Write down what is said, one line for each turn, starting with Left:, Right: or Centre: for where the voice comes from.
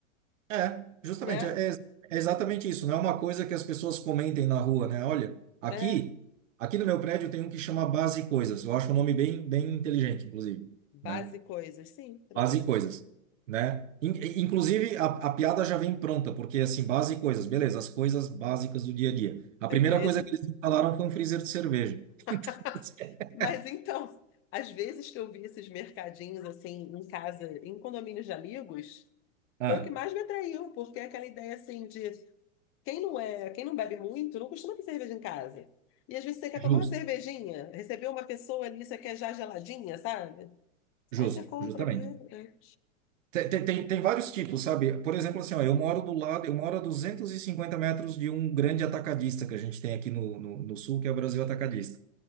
Right: É, justamente,
Left: né?
Right: é, é ex- é exatamente isso. Não é uma coisa que as pessoas comentem na rua, né? Olha, aqui,
Left: É.
Right: aqui no meu prédio tem um que chama Base Coisas. Eu acho um nome bem, bem inteligente, inclusive,
Left: Base
Right: né?
Left: e coisas, sim, interessante.
Right: Base e coisas, né? In- Inclusive, a, a piada já vem pronta, porque assim, base e coisas, beleza, as coisas básicas do dia a dia. A
Left: Cerveja.
Right: primeira coisa que eles instalaram foi um freezer de cerveja.
Left: <laughs>
Right: <laughs>
Left: Mas então, às vezes que eu vi esses mercadinhos assim em casa, em condomínios de amigos,
Right: Ah,
Left: foi o que mais me atraiu, porque é aquela ideia assim de quem não é, quem não bebe muito, não costuma ter cerveja em casa. E às vezes você quer
Right: justo,
Left: tomar uma cervejinha, receber uma pessoa ali, você quer já geladinha, sabe?
Right: justo,
Left: Aí você compra
Right: justamente.
Left: ali. é.
Right: Te- te- Tem, tem, vários tipos, sabe? Por exemplo, assim, ó, eu moro do lado, eu moro a 250 metros de um grande atacadista que a gente tem aqui no, no, no sul, que é o Brasil Atacadista.